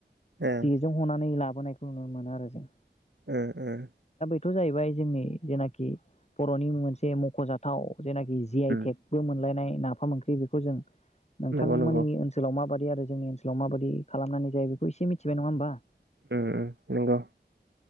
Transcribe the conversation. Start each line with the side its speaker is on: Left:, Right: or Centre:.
Right: ओं
Left: जेजों हनानै ला बोनायखौ नुनो मोनो आरो जों
Right: उम उम
Left: थ' जाहैबाय जोंनि जेनाखि बर'नि मोनसे मख'जाथाव जेनाखि जि आइ
Right: उम
Left: टेकबो मोनलायनाय नाफाम ओंख्रि बेखौ जों नोंथांमोननि
Right: नंगौ नंगौ
Left: ओनसोलाव माबादि आरो जोंनि ओनसोलाव माबाद खालामनानै जायो बेखौ इसे मिथिबाय नङा होमबा ।
Right: उम उम नोंगौ